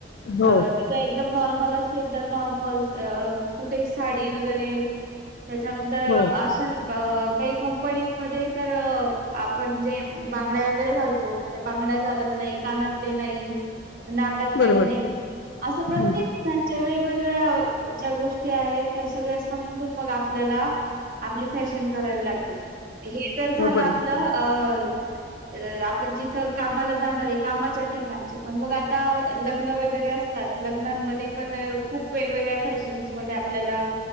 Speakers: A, on the left; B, on the right.
A: हो,
B: अ तिथं एकदम नॉर्मल असेल तर नॉर्मल कुठे साडी वगैरे त्याच्यानंतर
A: हो.
B: अशा अ कंपनी मध्ये तर आपण जे बांगड्या वगैरे घालतो त्या बांगड्या चालत नाही कानातले नाही. नाकात काही
A: बरोबर.
B: नाही असं प्रत्येक
A: हं.
B: ठिकाणच्या वेगवेगळ्या ज्या गोष्टी आहेत त्या सगळ्या समजून मग आपल्याला आपली फॅशन करावी लागते. हे जर झालं
A: हो बरोबर
B: आपलं अ आपण जिथं कामाला जाणार आहे. कामाच्या ठिकाणचे पण मग आता लक लग्न वगैरे असतात लग्नांमध्ये पण खूप वेगवेगळ्या फॅशन्स मध्ये आपल्याला